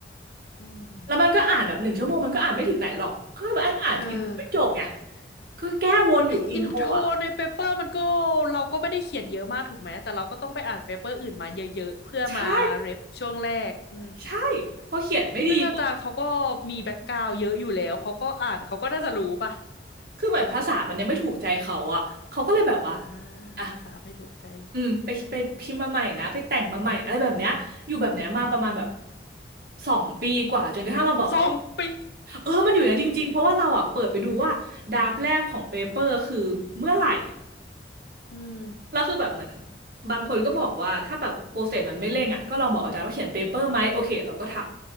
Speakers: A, on the left (about 65°); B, on the right (about 50°).
A: อืม
B: แล้วมันก็อ่านแบบหนึ่งชั่วโมงมันก็อ่านไม่ถึงไหนหรอกก็แบบอ่านอ่านอินไม่จบไง
A: เออ
B: คือแก้วนอยู่อินโทรอ่ะ
A: อินโทรในเปเปอร์มันก็เราก็ไม่ได้เขียนเยอะมากถูกไหมแต่เราก็ต้องไปอ่านเปเปอร์อื่นมาเยอะๆเพื่อมาเรฟช่วงแรกอืม
B: ใช่ ใช่พอเขียนไม่ดีปุ๊บ
A: ซึ่งอาจารย์เขาก็มีแบ็กกราวด์เยอะอยู่แล้วเขาก็อ่านเขาก็น่าจะรู้ป่ะ
B: คือเหมือนภาษามันยังไม่ถูกใจเขาอ่ะเขาก็เลยแบบว่า
A: อ่า
B: อ่ะ
A: ภาษาไม่ถูกใจ
B: อืมไปไปพิมพ์มาใหม่นะไปแต่งมาใหม่อะไรแบบเนี้ยอยู่แบบเนี้ยมาประมาณแบบ
A: อืม
B: สองปีกว่าจนกระทั่งเราบอกว่า
A: สองปี
B: เออ มันอยู่อย่างนั้นจริงๆ เพราะว่าเราอ่ะเปิดไปดูว่าดาบแรกของเปเปอร์คือเมื่อไหร่
A: อืม
B: แล้วคือแบบเหมือนบางคนก็บอกว่าถ้าแบบโปรเซสมันไม่เร่งอ่ะก็ลองบอกอาจารย์ว่าเขียนเปเปอร์ไหมโอเคเราก็ท